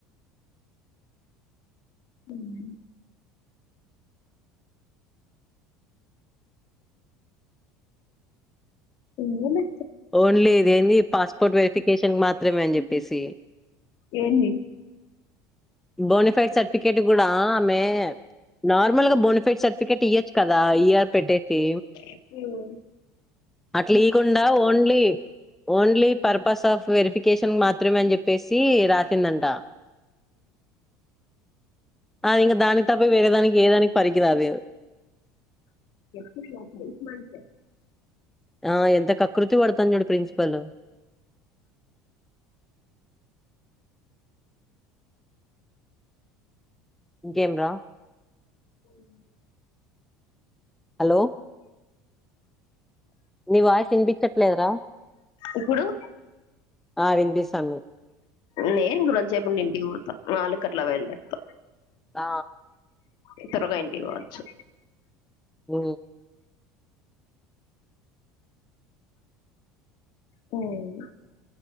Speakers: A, on the left; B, in the centre.
A: హ్మ్ హ్మ్ ఎవరు
B: ఓన్లీ ఇది ఏందీ పాస్పోర్ట్ వెరిఫికేషన్ మాత్రమే అని చెప్పేసి
A: ఏందీ
B: బయట సర్టిఫికేట్ కూడా ఆమె నార్మల్ గా బెనిఫిట్ సర్టిఫికేట్ ఇయొచ్చు కదా ఇఆర్ పెట్టేసి
A: ఓ
B: అట్లా ఇకుండా only only purpose of verification మాత్రమే అని చెప్పేసి రాసిందంట ఆవు దానికి తప్ప వేరే దానికి ఏదానికి పరికి రాదు
A: వస్తుంది <unintelligible>
B: ఆ ఎంత కకృతి పడతాను చూడు ప్రిన్సిపల్ ఇంకేం రా
A: ఎం లెదు
B: హలో నీ వాయిస్ వినిపించట్లేదురా
A: ఇప్పుడు
B: ఆవిని పిస్తది
A: నేను ఇంగరోతసేపు ఉండి ఇంటికి పోత నాలుగుకట్లా బయల్దేర్త
B: ఆ
A: ఇ త్వరగా ఇంటివచ్చు
B: ఓ
A: హ్మ్